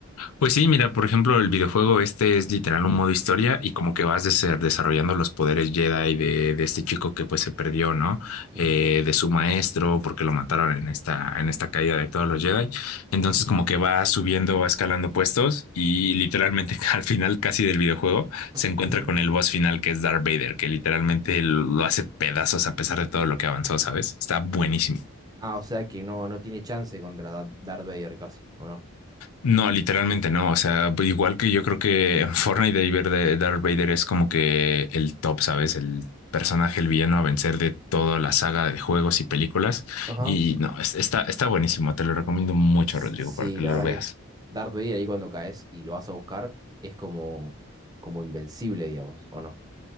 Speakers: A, on the left (about 80°); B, on the right (about 20°).
A: Pues sí, mira, por ejemplo, el videojuego este es literal un modo historia y como que vas dese- desarrollando los poderes Jedi de, de este chico que pues se perdió, ¿no?
B: Ujú,
A: Eh, de su maestro porque lo mataron en esta, en esta caída de todos los Jedi.
B: Sí.
A: Entonces como que va subiendo, va escalando puestos y literalmente <laughs> al final casi del videojuego se encuentra
B: Ujú.
A: con el boss final que es Darth Vader, que literalmente lo hace pedazos a pesar de todo lo que avanzó, ¿sabes? Está buenísimo.
B: Ah, o sea que no, no tiene chance contra Da- Darth Vader casi, ¿o no?
A: No, literalmente no. O sea, igual que yo creo que Fortnite de ver de Darth Vader es como que el top, ¿sabes? El personaje, el villano a vencer de toda la saga de juegos y películas.
B: Ajá.
A: Y no, es- está, está buenísimo. Te lo recomiendo mucho,
B: Sí,
A: Rodrigo, para que
B: la
A: lo
B: verdad
A: veas.
B: que Darth Vader ahí cuando caes y lo vas a buscar es como, como invencible, digamos, ¿o no?